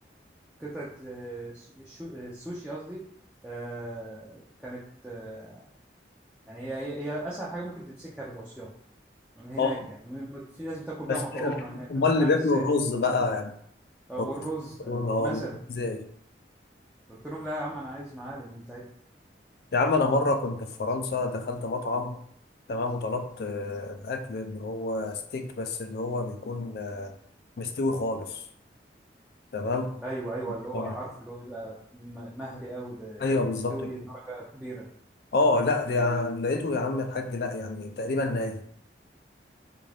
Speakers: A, in the centre; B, on the left.
A: قطعه آه، الشو... السوشي قصدي آه، كانت آه، يعني هي هي هي اسهل حاجه ممكن تمسكها بالعصيان من هناك
B: اه
A: يعني من- في ناس بتاكل بيها
B: بس
A: مكرونه هناك
B: امال
A: انا مش
B: اللي
A: عارف
B: بياكلوا
A: ازاي
B: الرز بقى يعني
A: او
B: بط-
A: الرز
B: بيقولوا
A: آه، مثلا
B: اه ازاي
A: قلت لهم لا يا عم انا عايز معالق بتاعتي
B: يا عم انا مرة كنت في فرنسا دخلت مطعم تمام وطلبت آه، الاكل اللي هو ستيك بس اللي هو بيكون آه، مستوي خالص تمام
A: ايوه ايوه اللي هو
B: آه.
A: عارف اللي هو بيبقى م- مهري قوي ده اللي
B: ايوه
A: هو
B: بالظبط
A: مستوي
B: كده
A: درجه كبيره
B: اه لا ده يعني لقيته يا عم الحاج لا يعني تقريبا ني